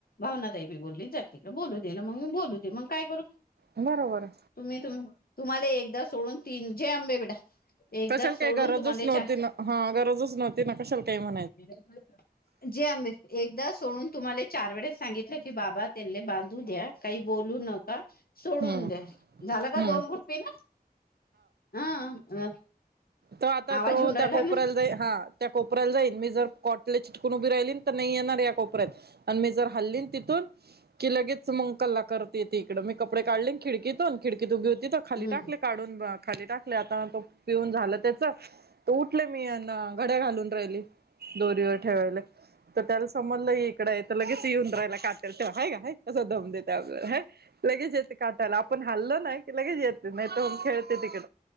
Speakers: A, on the left; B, on the right.
A: भावना ताईबी बोलली जाति का बोलू दे ना मग मी बोलू दे मग काय करू?
B: बरोबर.
A: तुम्ही तुम, तुम्हाला एकदा सोडून तीन जय आंबे बेटा. एकदा
B: कशाल काही
A: सोडून
B: गरजच
A: तुम्हाला
B: नव्हती
A: चार
B: ना हा गरजच नव्हती ना कशाल काही म
A: <unintelligible> जय आंबे एकदा सोडून तुम्हाला चार वेळेस सांगितलं की बाबा त्यानले बांधू द्या. काही बोलू नका, सोडून
B: हम्म
A: द्या. झालं का
B: हम्म
A: दोन गुट पीन, हं ह.
B: त आता
A: आवाज
B: तो
A: येऊन राहिला
B: त्या कोपऱ्याला
A: ना
B: जाई हा. त्या कोपऱ्याला जाईन मी जर कॉटले चिटकून उभी राहिलीन तर नाही येणार या कोपऱ्यात. आणि मी जर हल्लीन तिथून. की लगेच मग कला करत येते इकडे मी कपडे काढले खिडकीतून खिडकीत उभी होती त खाली
A: हम्म
B: टाक. ले काढून खाली टाकले आता, तो पिऊन झाल त, उठले मी अन घड्या घालून राहिली, दोरीवर ठेवायला. तर त्याला समजलं हि इकडे आहे तर लगेच येऊन राहायला कातेल तेव्ह आहे का. कसं दम देत अगं हे, लगेच येत काटाला आपण खाल्लं नाही कि लगेच येते नाही तर खेळते तिकड,